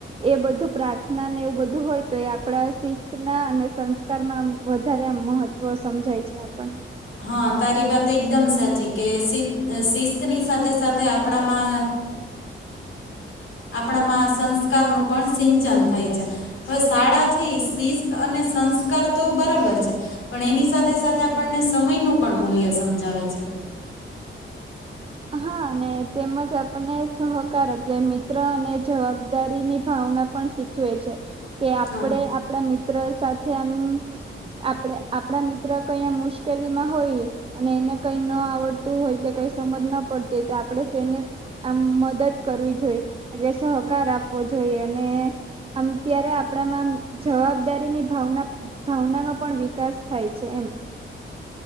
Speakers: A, on the right (about 25°); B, on the left (about 75°).
A: એ બધું પ્રાર્થના ને એવું બધું હોય તો એ આપણા શિસ્ત ના અને સંસ્કારમાં વધારે મહત્વ સમજાય છે આપણને
B: હા તારી વાત એકદમ સાચી કે શિત શિસ્તની સાથે સાથે આપણામાં આપણામાં સંસ્કારનું પણ સિંચન થાય છે હવે શાળા છે શિસ્ત અને સંસ્કાર તો બરાબર છે. પણ એની સાથે સાથે પણને સમયનું પણ મૂલ્ય સમજાવે છે.
A: હા અને તેમજ આપણને સહકાર એટલે મિત્ર અને જવાબદારીની ભાવના પણ શીખવે છે. કે આપડે
B: હા
A: આપણા મિત્ર સાથે આમ આપણે આપણા મિત્ર કઈ આમ મુશ્કેલીમાં હોય અને એને કઈ ન આવડતું હોય કે કઈ સમજ ન પડતી તો આપણે તેને આમ મદદ કરવી જોઈએ. એટલે સહકાર આપવો જોઈએ. અને આમ ત્યારે આપણામાં આમ જવાબદારીની ભાવના ભાવનાનો પણ વિકાસ થાય છે એમ.